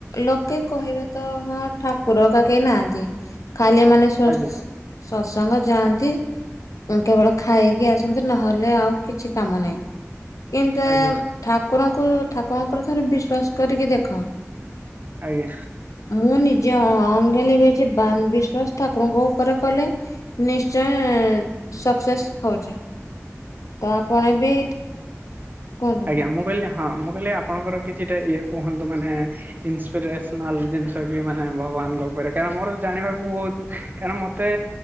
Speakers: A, on the left (about 85°); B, on the right (about 35°).
A: ଲୋକେ କହିବେ ତ ହଁ ଠାକୁର ହେଇକା କେହି ନାହାନ୍ତି। ଖାଲି ଏମାନେ ସତସଙ୍ଗ
B: ଆଜ୍ଞା
A: ଯାଆନ୍ତି। କେବଳ ଖାଇକି ଆସନ୍ତି, ନହେଲେ ଆଉ କିଛି କାମ ନାହିଁ। କିନ୍ତୁ
B: ଆଜ୍ଞା ଆଜ୍ଞା
A: ଠାକୁରଙ୍କୁ, ଠାକୁର ଉପରେ ଥରେ ବିଶ୍ଵାସ କରିକି ଦେଖ
B: ଆଜ୍ଞା
A: ମୁଁ ନିି ଯିଏ ଅଙ୍ଗଲିଭେଇଛି ବା ବିଶ୍ଵାସ ଠାକୁରଙ୍କ ଉପରେ କଲେ, ନିଶ୍ଚୟ ସକ୍ସେସ୍ ହଉଛି ତ ଆପଣ ବି କୁହନ୍ତୁ
B: ଆଜ୍ଞା, ମୁଁ କହିଲି ହଁ ମୁଁ କହିଲି- ଆପଣଙ୍କର କିଛିଟା ଇଏ କୁହନ୍ତୁ ମାନେ ଇନ୍ସପିରେସନାଲ୍ ଜିନିଷ କି ମାନେ ଭଗ ଭଗବାନଙ୍କ ଉପରେ, କାରଣ ମୋର ଜାଣିବାକୁ ବହୁତ, କାରଣ ମୋତେ